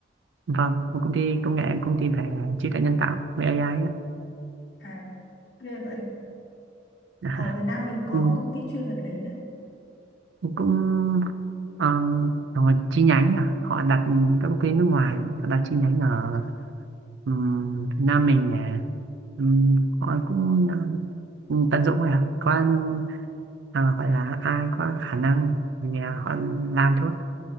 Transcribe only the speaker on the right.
vâng một công ty công nghệ công ty về trí tuệ nhân tạo về AI ấy.
<laughs>
Ừ,
cũng um, rồi chi nhánh à họ đặt các công ty nước ngoài họ đặt chi nhánh ở um, Việt Nam mình để um, họ cũng um, tận dụng rồi à có à, gọi là ai có khả năng thì à, họ làm thôi